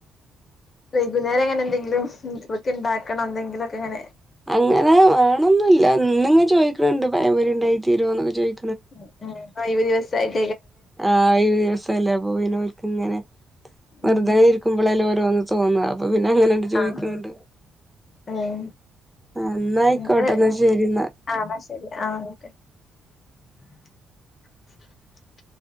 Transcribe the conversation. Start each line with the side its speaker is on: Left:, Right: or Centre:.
Left: വൈകുന്നേരം ഞാനെന്തെങ്കിലും <unintelligible> ണ്ടാക്കണം എന്തെങ്കിലുക്കെ ഇങ്ങനെ
Centre: അങ്ങനെ വേണൊന്നും ഇല്ല ഇന്ന് ങ്ങ് ചോദിക്ക്ണ് ണ്ട് പഴം പൊരി ഉണ്ടാക്കി തരുവോന്ന് ചോയി..
Left: <inaudible> <unintelligible>
Centre: <unintelligible> പോയിലോൽക്കിങ്ങനെ വെറുതേയിരിക്കുമ്പോളല്ലേ
Left: ഉം
Centre: ഓര്.. രോന്ന് തോന്നുക
Left: ആഹ്
Centre: <unintelligible>
Left: ഏഹ്
Centre: എന്നായിക്കോട്ടെ
Left: നിങ്ങള്
Centre: ശരി എന്നാ
Left: ആഹ് ന്നാ ശരി <unintelligible>